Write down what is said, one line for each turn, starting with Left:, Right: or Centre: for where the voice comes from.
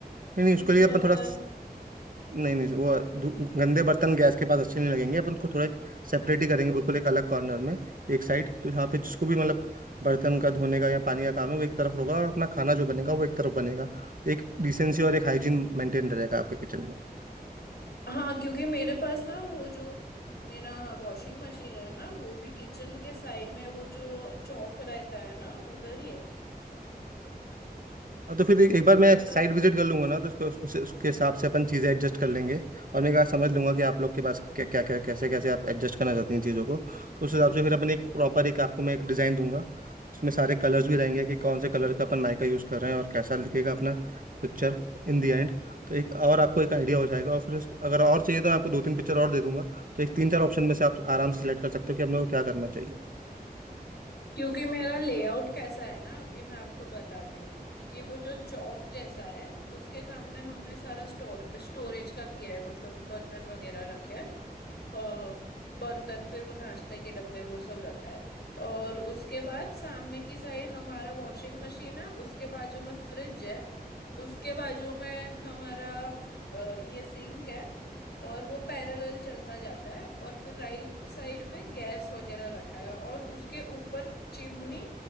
Right: नहीं नहीं
Left: क्योंकि
Right: उसके लिए अपन
Left: बर्तन
Right: थोड़ा नहीं नहीं वो धु- गंदे बर्तन गैस के पास अच्छे नहीं लगेंगे अपन को थोड़ा एक सेपरेट ही करेंगे बिल्कुल एक अलग कॉर्नर में एक साइड तो यहाँ पे जिसको भी मतलब बर्तन का धोने का या पानी का काम है वो एक तरफ होगा और अपना खाना जो बनेगा वो एक तरफ बनेगा तो एक डिसेंसी और एक हाइजीन मेंटेन रहेगा आपके किचन में
Left: हाँ क्योंकि मेरे पास ना वो जो मेरा वॉशिंग मशीन है ना वो भी किचन के साइड में वो जो चौक रहता है ना उधर ही है
Right: हाँ तो फिर एक बार मैं
Left: मतलब
Right: साइट विजिट कर लूंगा ना तो उसके उस, उसके हिसाब से अपन चीज़ें एडजस्ट कर लेंगे और मैं क्या समझ लूंगा कि आप लोग के पास क्या क्या क्या कैसे कैसे आप एडजस्ट करना चाहती हैं चीज़ों को तो उस हिसाब से फिर अपन एक प्रॉपर एक आपको मैं एक डिज़ाइन दूंगा उसमें सारे कलर्स भी रहेंगे कि कौन से कलर का अपन माइका यूज़ कर रहे हैं और कैसा दिखेगा अपना पिक्चर इन दी एंड तो एक और आपको एक आइडिया हो जाएगा और फिर उस- अगर और चाहिए तो मैं आपको दो तीन पिक्चर और दे दूंगा तो एक तीन चार ऑप्शन में से आप आराम से सिलेक्ट कर सकते हो कि आप लोगों को क्या करना चाहिए
Left: क्योंकि मेरा लेआउट कैसा है ना अभी मैं आपको बताती हूँ कि वो जो चौक जैसा है उसके सामने हमने सारा स्टोर स्टोरेज का किया है मतलब बर्तन वगैरह रखे हैं अ, बर्तन फिर वो नाश्ते के डब्बे वो सब रखा है और उसके बाद सामने की साइड हमारा वॉशिंग मशीन है उसके बाजू में फ्रिज है उसके बाजू में हमारा अ, ये सिंक है और वो पैरेलल चलता जाता है और फिर राइट साइड पे गैस वगैरह रखा है और उसके ऊपर चिमनी